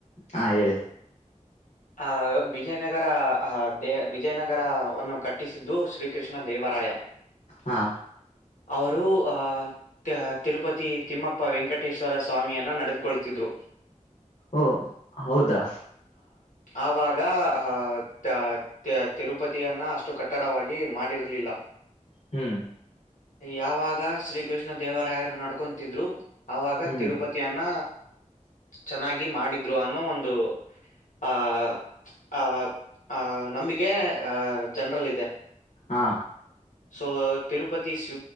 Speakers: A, on the left; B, on the left.
A: ಹಾ ಹೇಳಿ
B: ಆ ವಿಜಯನಗರ ಅ ಡೇ ವಿಜಯನಗರವನ್ನು ಕಟ್ಟಿಸಿದ್ದು ಶ್ರೀ ಕೃಷ್ಣ ದೇವರಾಯ
A: ಹಾ
B: ಅವರು ಅ ತಿರುಪತಿ ತಿಮ್ಮಪ್ಪ ವೆಂಕಟೇಶ್ವರ ಸ್ವಾಮಿಯನ್ನ ನಡೆದುಕೊಳ್ತಿದ್ರು
A: ಓ ಹೌದಾ
B: ಅವಾಗ ಹಾ ಟ ತ್ಯಾ ತಿರುಪತಿಯನ್ನ ಅಷ್ಟು ಕಟ್ಟಡವಾಗಿ ಮಾಡಿ ಡಿರಲಿಲ್ಲ
A: ಹ್ಮ್ಮ್
B: ಯಾವಾಗ ಶ್ರೀ ಕೃಷ್ಣ ದೇವರಾಯರು ನಡ್ಕೊಂತಿದ್ರು ಅವಾಗ
A: ಹ್ಮ್
B: ತಿರುಪತಿಯನ್ನ ಚೆನ್ನಾಗಿ ಮಾಡಿದ್ರು ಅನ್ನೋ ಒಂದು ಆ ಆ ಆ ನಂಬಿಕೆ ಆ ಜನರಲ್ ಇದೆ
A: ಹಾ
B: ಸೊ ತಿರುಪತಿ ಸ್